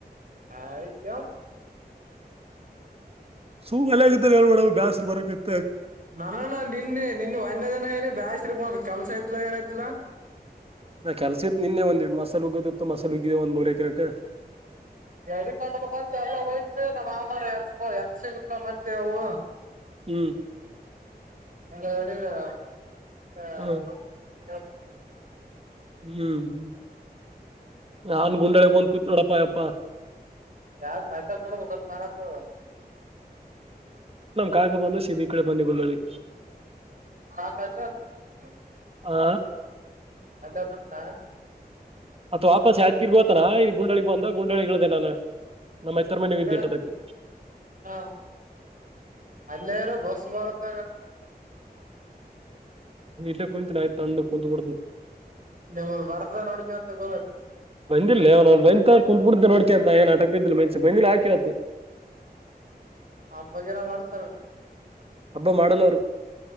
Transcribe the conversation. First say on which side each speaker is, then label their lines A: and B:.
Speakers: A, on the right; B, on the right.
A: ಆಯ <unintelligible>
B: ತು ಎಲ್ಲಗ ಹೇಳಳ್ ಬ್ಯಸ್ರು ಬರಕೈತ್
A: ನಾನಾನ ನಿನ್ನೆ ನಿನ್ ಒನ್ ದಿನ ಏನ ಬ <unintelligible> ಕೆಲ್ಸ ಐತ್ಲಾ ಏನಐತ್ಲ
B: ನಾ ಕೆಲ್ಸ ಇತ್ ನಿನ್ನೆ ಒಂದ್ಡ್ ಮಸಾಲ ಉಗ್ಗದಿತ್ತು ಮಸಲು ಉಗಿದೆ ಒಂದ್ ಮೂರ್ ಎಕರೆಕ್
A: ಗಡಿ ಕಾಟ್ಬೇಕಂತ ಎಲ್ಲಯ ನಮ್ಮ್ ಆಮತ್ ಎತ್ಸಗಲ್ಲ ಮತ್ತೆ ಅವು
B: ಹ್ಮ್
A: <inaudible>
B: ಹ ಹ್ಮ್ ಹ್ಮ್ ನಾನ ಗುಂಡಡೆಬ ಕು <unintelligible>
A: ಯಾ ಕಾಯ್ತಾ ಕೊಡ ಕಾಣತಾಡ್
B: ಕಾಗ ಬಂದು ಸಿಬ ಈ ಕಡೆ ಬಂದಿ ಗಿ
A: <inaudible>
B: ಆ ಅತ್ ವಾಪಸ್ ಯ್ಕಿರ್ಗೋತನ ಇ ಗುಂಡಳಿ ಬಂದ ಗುಂಡಳಿಗಳ್ದೇ ನಾನು ನಮ್ಮ ಮೈತ್ತರ್ ಮನೆ
A: <unintelligible>
B: ಇದ್ದಿಟ್ಟದಕ್ಕೆ
A: ಹ ಅಲ್ಲೇರ ಬಸ್ ಬಳ <inaudible>
B: ನೀ ಕುಂಟೆ ನಯ ಅಂದು ಕುಂತ್ ಬಿಡ್ತೀವಿ
A: <inaudible>
B: ಬಂದಿಲ್ಲ ಅವ ಬ ಕುಂತ್ ಬಿಡ್ದೆ ನೋಡ್ಕ ಏನ್ ಆಟಿದ್ದಿಲ್ಲ ಮಸ ಬಂದಿಲ್ಲಾಕವತ್ತ
A: ಹ ಬಗರ ಮಾಡ್ತಾರೆ
B: ಹಬ್ಬ ಮಾಡಲ್ಲ ಅವರು